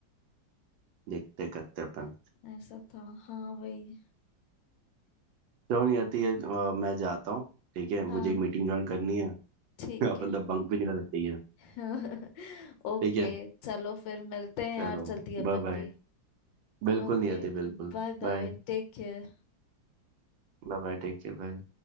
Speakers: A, on the right; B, on the left.
A: देखते करते अपन
B: ऐसा था हाँ भाई
A: चलो नहीं आती है अ, मैं जाता हूँ ठीक है मुझे
B: हाँ
A: एक मीटिंग ज्वाइन करनी है
B: ठीक
A: <laughs> आप
B: है
A: अंदर बंक भी नहीं कर सकते ये
B: <laughs> ओके
A: ठीक है
B: चलो फिर मिलते हैं
A: चलो
B: यार जल्दी
A: Bye
B: अपन
A: bye
B: भी
A: बिल्कुल
B: Okay
A: नहीं आती बिल्कुल
B: bye
A: Bye
B: bye take care
A: Bye bye take care bye